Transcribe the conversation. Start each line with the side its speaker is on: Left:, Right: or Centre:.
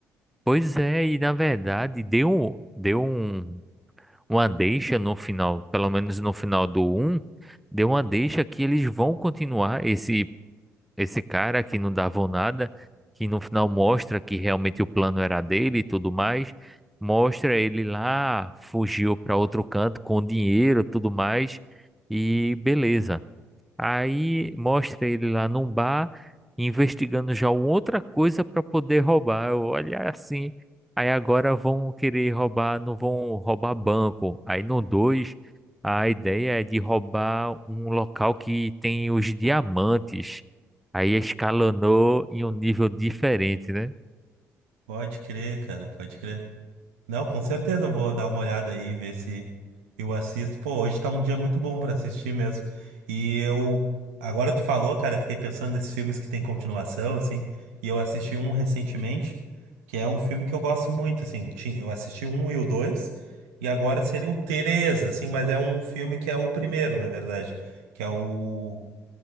Centre: Pois é, e na verdade deu, deu um, uma deixa no final, pelo menos no final do um deu uma deixa que eles vão continuar esse esse cara que não davam nada, que no final mostra que realmente o plano era dele e tudo mais, mostra ele lá, fugiu para outro canto com dinheiro, e tudo mais, e beleza. Aí mostra ele lá num bar, investigando já uma outra coisa para poder roubar. Eu, olha é assim. Aí agora vão querer roubar, não vão roubar banco. Aí no 2 a ideia é de roubar um local que tem os diamantes. Aí escalonou em um nível diferente, né?
Right: Pode crer, cara, pode crer. Não, com certeza eu vou dar uma olhada aí, ver se eu assisto. Pô, hoje tá um dia muito bom pra assistir mesmo. E eu, agora tu falou, cara, eu fiquei pensando nesses filmes que tem continuação, assim, e eu assisti um recentemente, que é um filme que eu gosto muito, assim, tinha- eu assisti o um e o dois, e agora seria o três, assim, mas é um filme que é o primeiro, na verdade, que é o,